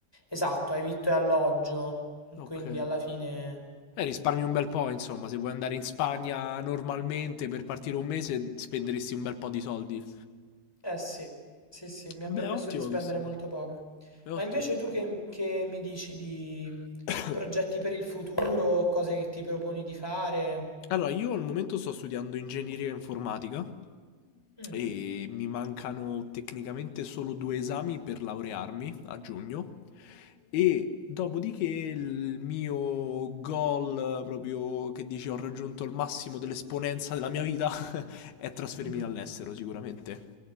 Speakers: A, in the centre; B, on the left.
A: Esatto, hai vitto e alloggio,
B: Ok.
A: quindi alla fine
B: Eh, risparmi un bel po', insomma, se vuoi andare in Spagna normalmente per partire un mese spenderesti un bel po' di soldi.
A: Eh sì, sì, sì, mi ha
B: Beh,
A: permesso
B: è ottima
A: di spendere
B: questa cosa.
A: molto poco.
B: È ottima
A: Ma invece
B: questa
A: tu che, che mi dici di
B: cosa.
A: progetti
B: <coughs>
A: per il futuro, cose che ti proponi di fare?
B: Allora, io al momento sto studiando ingegneria informatica
A: Mm,
B: e mi mancano tecnicamente solo due esami per laurearmi a giugno e dopodiché il mio goal, eh, proprio che dici ho raggiunto il massimo dell'esponenza della mia vita, <laughs> è trasferirmi
A: mhm.
B: all'estero sicuramente,